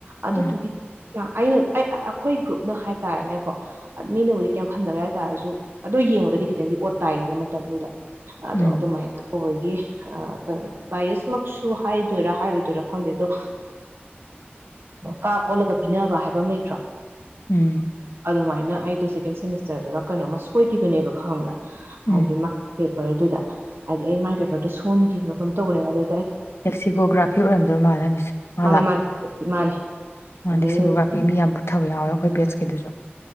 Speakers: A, on the right; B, on the left.
A: ꯑꯗꯨ
B: ꯎꯝ
A: ꯇꯨꯒꯤ ꯑꯩꯅ ꯑꯩ ꯑꯩꯈꯣꯏ ꯒ꯭ꯔꯨꯞ ꯅ ꯍꯥꯏꯇꯥꯥꯔꯦꯅꯦꯀꯣ ꯃꯤꯅꯕꯨꯗꯤ ꯀꯩꯝ ꯈꯟꯗꯕ ꯍꯥꯏꯇꯥꯥꯔꯁꯨ ꯑꯗꯨꯗꯣ ꯌꯦꯡꯉꯗꯗꯤ ꯈꯤꯇꯪꯗꯤ ꯑꯣꯠ ꯇꯥꯏꯌꯦꯕ ꯃꯇꯝꯗꯨꯗ ꯑꯗꯣ
B: ꯎꯝ
A: ꯑꯗꯨꯃꯥꯏ ꯍꯣꯏꯒꯤ ꯀꯩꯅꯣ ꯚꯥꯏꯁꯃꯛꯁꯨ ꯍꯥꯏꯗꯣꯏꯔꯥ ꯍꯥꯏꯔꯣꯏꯗꯣꯏꯔꯥ ꯈꯪꯗꯦ ꯑꯗꯣ ꯀꯥꯞ ꯑꯣꯜꯂꯒ ꯄꯤꯅꯕ ꯍꯥꯏꯕ ꯑꯃ ꯂꯩꯇ꯭ꯔꯣ
B: ꯎꯝ
A: ꯑꯗꯨ ꯃꯥꯏ ꯍꯥꯏꯅ ꯑꯩꯗꯣ ꯁꯦꯀꯦꯟ ꯁꯦꯃꯤꯁꯇꯔꯗꯨꯗ ꯀꯩꯅꯣꯃ ꯁꯣꯏꯈꯤꯕꯅꯦꯕ ꯈꯪꯕ꯭ꯔꯥ
B: ꯎꯝ
A: ꯍꯥꯏꯗꯤ ꯃꯥ ꯄꯦꯄꯔꯗꯨꯗ ꯍꯥꯏꯗꯤ ꯑꯩ ꯃꯥꯏ ꯄꯦꯄꯔꯗꯣ ꯁꯣꯟꯈꯤꯕ꯭ꯔꯥ ꯀꯝ ꯇꯧꯕꯅꯦꯕ ꯑꯗꯨ
B: ꯇꯦꯛꯁꯤꯒꯣꯒ꯭ꯔꯥꯐꯤ ꯑꯣꯏꯔꯝꯗꯣꯏ ꯃꯥ ꯅꯪꯒꯤꯁꯦ ꯃꯥ
A: ꯃꯥꯅꯦ
B: ꯂꯥꯛꯑꯣ
A: ꯃꯥꯅꯦ ꯃꯥꯅꯦ
B: ꯃꯥ
A: ꯑꯗꯩꯗ
B: ꯇꯦꯛꯁꯤꯒꯣꯒ꯭ꯔꯥꯐꯤ ꯃꯤ ꯌꯥꯝ ꯄꯨꯊꯕ ꯌꯥꯎꯋꯦ ꯑꯩꯈꯣꯏ ꯕꯦꯁ ꯈꯤꯗꯁꯨ